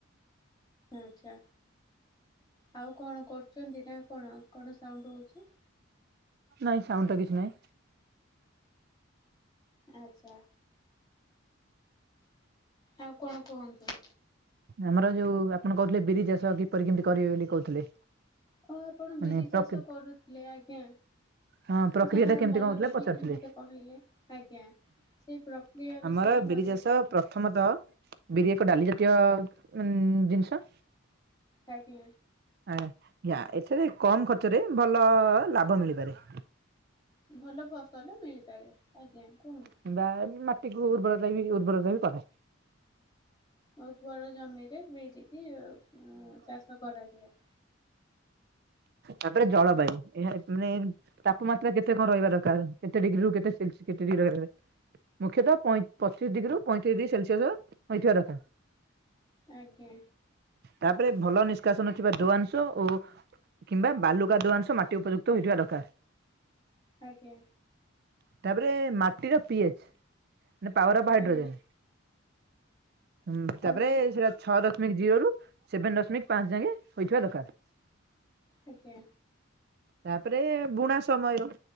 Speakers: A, on the left; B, on the right.
A: ଆଛା ଆଉ କଣ କରୁଛନ୍ତି ନା କଣ? କଣ ସାଉଣ୍ଡ ହଉଛି?
B: ନାଇଁ ସାଉଣ୍ଡ ଟା କିଛି ନାହିଁ।
A: ଆଚ୍ଛା ଆଉ କଣ କୁହନ୍ତୁ।
B: ଆମର ଯୋଉ ଆପଣ କହୁଥିଲେ ବିରି ଚାଷ କିପରି କେମିତି କରିବେ ବୋଲି କହୁଥିଲେ?
A: ହଁ ଆପଣ
B: ମାନେ
A: ବିରି ଚାଷ
B: ପ୍ରକୃ
A: କରୁଥିଲେ ଆଜ୍ଞା।
B: ହଁ ପ୍ରକ୍ରିୟା
A: ଯାହାହେଉ
B: ଟା କେମିତି
A: ମନେ
B: କଣ ହଉଥିଲା
A: ରଖିକିରି
B: ପଚାରୁଥିଲେ
A: ମତେ କହିଲେ ଆଜ୍ଞା ସେ ପ୍ରକ୍ରିୟା ବିଷୟରେ
B: ଆମର ବିରି
A: ମତେ
B: ଚାଷ
A: କିଛି
B: ପ୍ରଥମତଃ ବିରି ଏକ ଡାଲି ଜାତୀୟ ଉ ଜିନିଷ।
A: ଖାକି
B: ଆ ୟା ଏଥିରେ କମ ଖର୍ଚ୍ଚରେ ଭଲ ଲାଭ ମିଳିପାରେ।
A: ଭଲ ଫସଲ ମିଳିପାରେ ଆଜ୍ଞା କୁହନ୍ତୁ।
B: କିମ୍ବା ମାଟିକୁ ଉର୍ବରତା ବି ଉର୍ବରତା ବି କରେ।
A: ଆଉ ଉର୍ବର ଜମିରେ ବିରିକି ଉଁ ଚାଷ କରାଯାଏ।
B: ତାପରେ ଜଳବାୟୁ, ଏହା ଏ ମାନେ ତାପମାତ୍ରା କେତେ କଣ ରହିବା ଦରକାର କେତେ ଡିଗ୍ରୀ ରୁ କେତେ ସେଲସିସ୍ କେତେ ଡିଗ୍ରୀ ରହିବା। ମୁଖ୍ୟତଃ ପଇଁ ପଚିଶ ଡିଗ୍ରୀରୁ ପଇଁତିରିଶ ଡିଗ୍ରୀ ସେଲସିୟସ ହୋଇଥିବା ଦରକାର।
A: ଆଜ୍ଞା।
B: ତାପରେ ଭଲ ନିଷ୍କାସନ ଥିବା ଦୁଆଂଶ ଓ କିମ୍ବା ବାଲୁକାଦୁଆ ଅଂଶ ମାଟି ଉପଯୁକ୍ତ ହୋଇଥିବା ଦରକାର।
A: ଆଜ୍ଞା।
B: ତାପରେ ମାଟିର ପି ଏଚ ମାନ ପାୱାର ଅଫ ହାଇଡ୍ରୋଜେନ।
A: ଆଜ୍ଞା
B: ହୁଁ
A: କଣ
B: ତାପରେ
A: କହିଲେ
B: ସେଟା ଛଅ ଦ ଦଶମିକ ଜିରୋରୁୁ ସେଭେନ ଦଶମିକ ପାଞ୍ଚ ଯାଏ ହୋଇଥିବା ଦରକାର।
A: ଆଜ୍ଞା।
B: ତାପରେ ବୁଣା ସମୟ